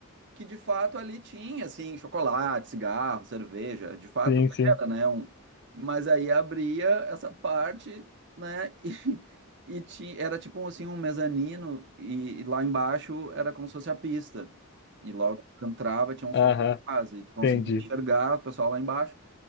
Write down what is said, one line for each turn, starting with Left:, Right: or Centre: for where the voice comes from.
Right: que de fato ali tinha assim chocolate, cigarro, cerveja, de fato
Left: sim, sim.
Right: era, né, um, mas aí abria essa parte, né, <laughs> e, e tinha, era tipo um, assim um mezanino e, e lá embaixo era como se fosse a pista. E logo que tu entrava tinha um
Left: Aham,
Right: sofás e tu conseguia
Left: Entendi.
Right: enxergar o pessoal lá embaixo.